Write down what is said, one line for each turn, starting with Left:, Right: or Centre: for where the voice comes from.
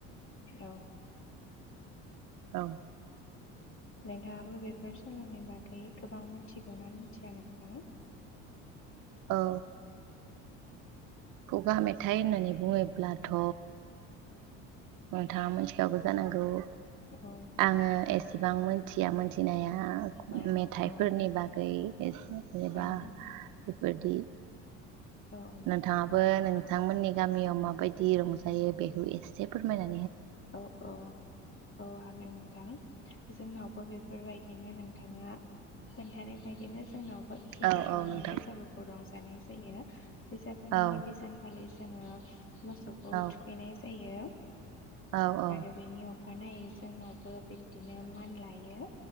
Left: औ
Right: ओं
Left: नोंथाङाबो बेफोर सल'नि बागै गोबां मिथिगौना मिथिया नोंथां
Right: औ खुगा मेथाइ होननानै बुङोब्लाथ' नोंथाङा मोनथिखागौ जानांगौ
Left: औ
Right: आङो एसेबां मोनथिया मोनथिनाया
Left: औ
Right: मेथाइफोरनि
Left: औ
Right: बागै एसे एबा
Left: औ
Right: बेफोरदि
Left: औ
Right: नोंथाङाबो नों नोंथांमोननि गामियाव माबायदि रंजायो बेखौ एसे फोरमायना
Left: औ औ औ हागोन नोंथां जोंनाव अ बेफोरबायदिनो नोंथाङा खोन्थानाय बायदिनो जोंनावबो एखे
Right: औ
Left: रोखोमैनो
Right: औ नोंथां
Left: बैसागुखौ रंजायो दानैसो जायो बैसागुनि
Right: औ
Left: गिबि सानखालि जोङो मोसौखौ
Right: औ
Left: थुखैनाय जाय जायो
Right: औ औ
Left: आरो बेनि अख अखानायै जोंनावबो बिबदिनो मान लायो